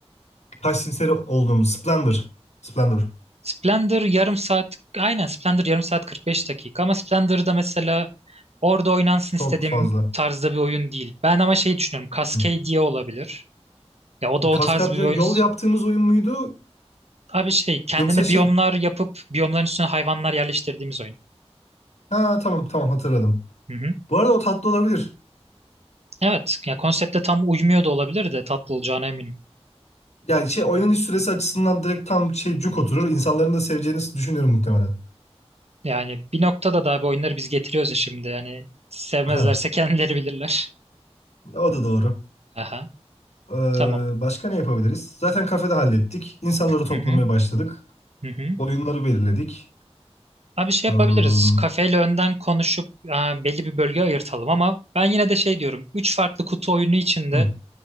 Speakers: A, on the left (about 80°); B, on the right (about 70°).
A: Taş simseri olduğumuz Splendor. Splendor.
B: Splendor yarım saat, aynen Splendor yarım saat 45 dakika ama Splendor'da mesela orada oynansın
A: Çok
B: istediğim
A: fazla.
B: tarzda bir oyun değil. Ben ama şey düşünüyorum, Cascadia
A: Hı.
B: olabilir. Ya o da o
A: Kaskadya
B: tarz bir oyun.
A: yol yaptığımız oyun muydu?
B: Abi şey, kendine
A: Yoksa şey.
B: biyomlar yapıp biyomların üstüne hayvanlar yerleştirdiğimiz oyun.
A: Ha tamam tamam hatırladım.
B: Hı hı.
A: Bu arada o tatlı olabilir.
B: Evet, ya konsepte tam uymuyor da olabilir de tatlı olacağına eminim.
A: Yani şey oynanış süresi açısından direkt tam şey cuk oturur. İnsanların da seveceğini düşünüyorum muhtemelen.
B: Yani bir noktada da abi oyunları biz getiriyoruz ya şimdi. Yani sevmezlerse
A: Ha,
B: kendileri bilirler.
A: o da doğru.
B: Aha,
A: Ee,
B: tamam.
A: başka ne yapabiliriz? Zaten kafede hallettik. İnsanları toplamaya
B: Hı hı,
A: başladık.
B: hı hı.
A: Oyunları belirledik.
B: Abi şey
A: Ee,
B: yapabiliriz.
A: hı,
B: Kafeyle önden konuşup e, belli bir bölge ayırtalım ama ben yine de şey diyorum. Üç farklı kutu oyunu içinde
A: hı.